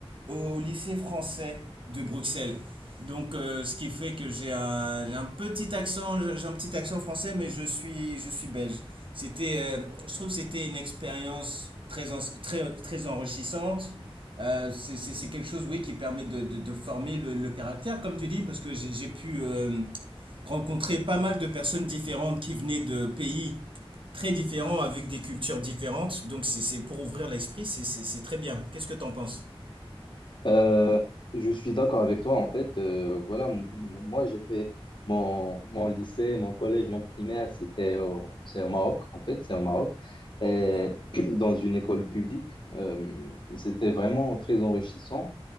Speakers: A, on the right (about 60°); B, on the left (about 55°).
A: au lycée français de Bruxelles. Donc, euh, ce qui fait que j'ai un, j'ai un petit accent, j'ai un petit accent français, mais je suis, je suis belge. C'était, euh, je trouve que c'était une expérience très, en- très, très enrichissante. Euh, c'est c'est- c'est quelque chose, oui, qui permet de, de- de former le, le caractère, comme tu dis, parce que j'ai j'ai pu euh, rencontrer pas mal de personnes différentes qui venaient de pays très différents, avec des cultures différentes. Donc, c'est c'est pour ouvrir l'esprit, c'est c'est- c'est très bien. Qu'est-ce que tu en penses?
B: Euh, je suis d'accord avec toi. En fait, euh, voilà, m- m- moi j'ai fait mon, mon lycée, mon collège, mon primaire, c'était au, c'est au Maroc. En fait, c'est au Maroc, et
A: D'accord.
B: <clears throat> dans une école publique. Euh, c'était vraiment très enrichissant.